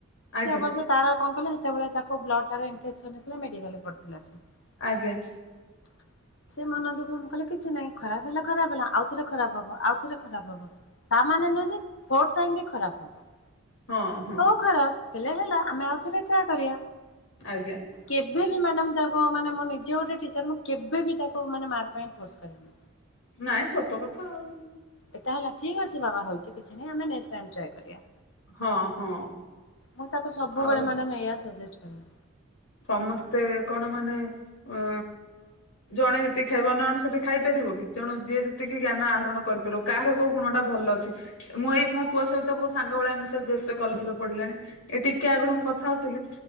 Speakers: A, on the left; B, on the left.
A: ଆଜ୍ଞା
B: ସେ ଅବଶ୍ୟ ତାର କଣ କହିଲ, ହେତେବେଳେ ତାକୁ ବ୍ଲଡ଼ଟାରେ ଇମ୍ଫକେସନ ହେଇଥିଲା ମେଡିକାଲରେ ପଡିଥିଲା ସେ।
A: ଆଜ୍ଞା!।
B: <unintelligible> ସେ ମନ ଦୁଃଖ ମୁଁ କହିଲି କିଛି ନାଇଁ ଖରାପ ହେଲା ଖରାପ ହେଲା ଆଉ ଥରେ ଖରାପ ହବ ଆଉ ଥରେ ଖରାପ ହବ। ତାମାନେ ନୁହେଁ ଯେ ଫୋର୍ ଟାଇମ୍ ବି ଖରାପ ହବ।
A: ହଁ ହଁ
B: ହଉ ଖରାପ ହେଲେ ହେଲା ଆମେ ଆଉଥରେ ଟ୍ରାଏ କରିବା।
A: ଆଜ୍ଞା
B: କେଭେ ବି ମ୍ୟାଡ଼ମ ତାକୁ ମାନେ ମୁଁ ନିଜେ ଗୋଟେ ଟିଚର ମୁ କେବେ ବି ତାକୁ ମାନେ ମାର୍କ ପାଇଁ ଫୋର୍ସ କରେନି।
A: ନାଇଁ ସତ କଥା ଆଉ।
B: ଏଟା ହେଲା ଠିକ୍ ଅଛି ବାବା ହଉଚି କିଛି ନାଇଁ ଆମେ ନେଷ୍ଟ ଟାଇମ୍ ଟ୍ରାୟ କରିବା।
A: ହଁ ହଁ
B: ମୁଁ ତାକୁ ସବୁବେଳେ
A: ଆଉ
B: ମ୍ୟାଡମ୍, ଏଇଆ ସଜେଷ୍ଟ କରେ।
A: ସମସ୍ତେ କଣ, ମାନେ ଅ ଜଣେ ଯେତିକି ଖାଇବ, ଅନ୍ୟ ଜଣେ ସେତିକି ଖାଇପାରିବ କି, ତେଣୁ ଯିଏ ଯେତିକି ଜ୍ଞାନ ଆହରଣ କରି ରୋ, କାହାର କୋଉ ଗୁଣଟା ଭଲ ଅଛି। ମୁଁ ଏଇ ମୋ ପୁଅ ସହିତ ବହୁତ ସାଙ୍ଗ ଭଳିଆ ମିଶେ, ଯେହେତୁ ସେ କଲେଜରେ ପଢ଼ିଲାଣି। ଏ ଟିକେ ଆଗରୁ ମୁଁ କଥା ହଉଥିଲି।